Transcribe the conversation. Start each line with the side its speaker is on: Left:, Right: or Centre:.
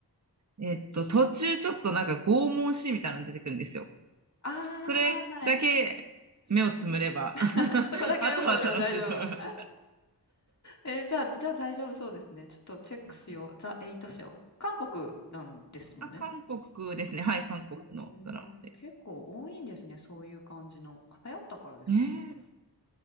Right: えっと、途中ちょっとなんか拷問シーンみたいなの出てくるんですよ。
Left: ああーはい
Right: それだけ目をつむれば
Left: <laughs>
Right: <laughs>
Left: そこだけ目をつぶれば大丈夫
Right: あとは楽しいと思います。
Left: えーじゃあじゃあ大丈夫そうですねちょっとチェックしようザ・
Right: うん
Left: エイト w 韓国なんですもんね
Right: あ、韓国ですね。はい、韓国のドラマです。
Left: へえ結構多いんですねそういう感じの流行ったからですかね
Right: ねえ、